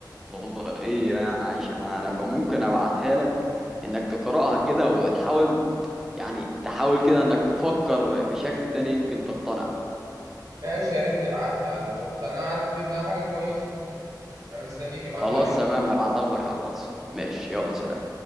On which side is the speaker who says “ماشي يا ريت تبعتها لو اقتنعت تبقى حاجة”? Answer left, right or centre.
Right